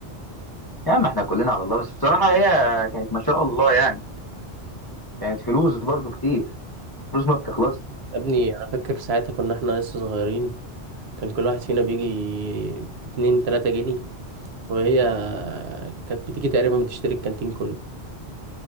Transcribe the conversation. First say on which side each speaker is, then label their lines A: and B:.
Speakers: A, on the left; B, on the right.
A: يا عم احنا كلنا على الله بس بصراحه هي كانت ما شاء الله يعني كانت فلوس برضه كتير فلوس ما بتخلصش
B: يا ابني انا فاكر ساعتها كنا احنا لسه صغيرين كان كل واحد فينا بيجي باتنين تلاتة جنيه وهي كانت بتيجي تقريبا بتشتري الكانتين كله